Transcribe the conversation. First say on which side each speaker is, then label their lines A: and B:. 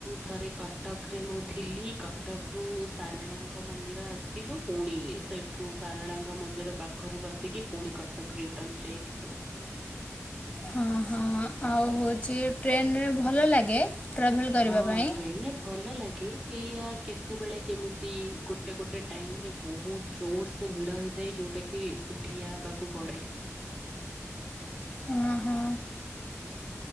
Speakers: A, on the right; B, on the left.
A: ଥରେ କ ଟକରେ ମୁଁ ଥିଲି କଟକରୁ ସାରଳାଙ୍କ ମନ୍ଦିର ଆସଥିଲୁ ପୁଣି ସେ ଠୁ ସାରଳାଙ୍କ ମନ୍ଦିର ପାଖରୁ ବସିକି ପୁଣି କଟକ ରିଟର୍ଣ୍ଣ ଯାଇଥିଲୁ।
B: ହଁ ହଁ ଆଉ ହଉଚି ଟ୍ରେନରେ ଭଲ ଲାଗେ ଟ୍ରାଭେଲ୍ କରିବା
A: ହଁ
B: ପାଇଁ
A: ଟ୍ରେନରେ ଭଲ ଲାଗେ ଏଇଆ କେତେବେଳେ କେମିତି ଗୋଟେ ଗୋଟେ ଟାଇମେ ବହୁତ ଜୋରସେ ଭିଡ଼ ହେଇଥାଏ ଯଉଟା କିି ଠିଆ ହେବାକୁ ପଡ଼େ।
B: ହଁ ହଁ